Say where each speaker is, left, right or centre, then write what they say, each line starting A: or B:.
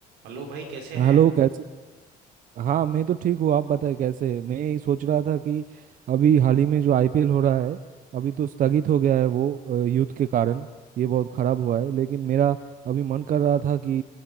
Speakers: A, on the right; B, on the right.
A: Hello भाई कैसे हैं
B: Hello कैसे हाँ मैं तो ठीक हूँ आप बताएं कैसे हैं? मैं यही सोच रहा था कि अभी हाल ही में जो आईपीएल हो रहा है अभी तो स्थगित हो गया है वो युद्ध के कारण ये बहुत खराब हुआ है लेकिन मेरा अभी मन कर रहा था कि